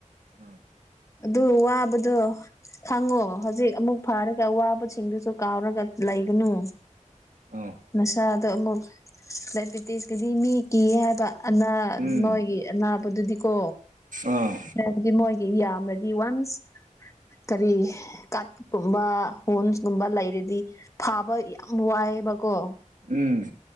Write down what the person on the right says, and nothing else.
ꯎꯝ
ꯑ
ꯎꯝ
ꯑꯥ
ꯎꯝ